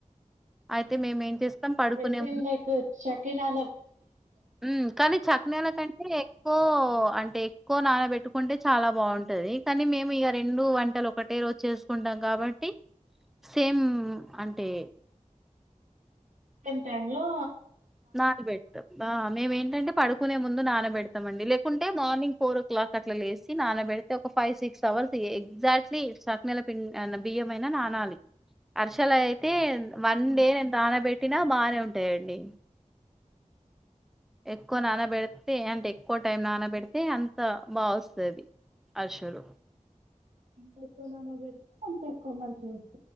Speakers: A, on the right (about 70°); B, in the centre.
A: <unintelligible>
B: అయితే మేము ఏం చేస్తాం పడుకునే హ్మ్ కానీ చకినాల కంటే ఎక్కువ అంటే ఎక్కువ నానపెట్టుకుంటే చాలా బాగుంటది కానీ మేము ఇగ రెండు వంటలు ఒకటే రోజు చేసుకుంటాం కాబట్టి సేమ్ అంటే
A: ఎంతలో
B: నానబెడతాం ఆ మేమేంటంటే పడుకునే ముందు నానబెడతామండి లేకుంటే మార్నింగ్ ఫోర్ ఓ క్లాక్ అట్లా లేసి నానబెడితే ఒక ఫైవ్ సిక్స్ అవర్స్ ఎగ్జాక్ట్లీ చకినాల పిండి బియ్యమయినా నానాలి అరిసెలు అయితే వన్
A: ఓకే
B: డే నేను నానపెట్టినా బానే ఉంట ఉంటాయండి ఎక్కువ నానబెడితే అంటే ఎక్కువ టైం నానబెడితే అంత బా వస్తుంది అరిషలు
A: ఎంత ఎక్కువ నానబెడితే ఆంత ఎక్కువ మంచిగ వస్తది